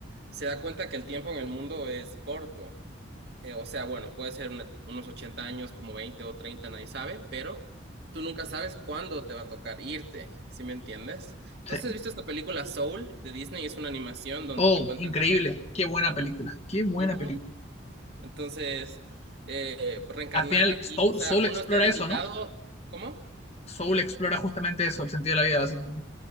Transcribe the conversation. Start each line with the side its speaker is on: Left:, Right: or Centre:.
Right: se da cuenta que el tiempo en el mundo es corto. Eh, o sea, bueno, puede ser una- unos 80 años, como 20 o 30, nadie sabe, pero tú nunca sabes cuándo te va a tocar irte, ¿sí me entiendes? Entonces,
Left: Sí.
Right: ¿has visto esta película Soul de Disney? Es una animación donde
Left: Oh,
Right: te cuentan
Left: increíble, qué buena película, qué buena
Right: eso.
Left: película.
Right: Entonces, eh, reencarnar
Left: al final
Right: aquí,
Left: Soul,
Right: o sea,
Left: Soul
Right: uno
Left: explora
Right: está limitado,
Left: eso, ¿no?
Right: ¿cómo?
Left: Soul explora justamente eso, el sentido de la vida, básicamente.